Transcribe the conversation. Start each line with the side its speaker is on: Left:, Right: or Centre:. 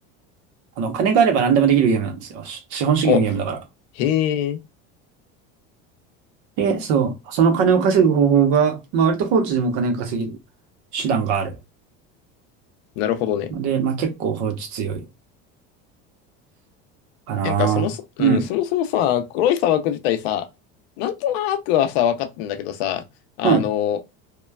Right: あの、金があれば何でもできるゲームなんですよ。し資本主義のゲームだから。
Left: お、へえ。
Right: で、そう、その金を稼ぐ方法が、まあ割と放置でも金が稼げる手段がある。
Left: なるほどね。
Right: ので、まあ結構放置強いかな。
Left: なんかそもそ、うん、
Right: うん。
Left: そもそもさ、黒い砂漠自体さ、なんとなくはさ、分かってんだけどさ、あのー
Right: うん。